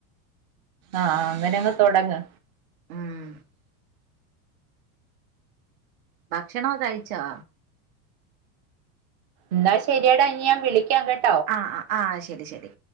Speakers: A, on the right (about 30°); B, on the right (about 70°).
A: ആഹ് അങ്ങനങ്ങ് തൊടങ്ങ്
B: ഉം ഭക്ഷണോ കഴിച്ചോ?
A: ന്നാ ശരിയടാ ഇഞ്ഞ് ഞാൻ വിളിക്കാം കെ
B: ആഹ് ആഹ് ശരി ശരി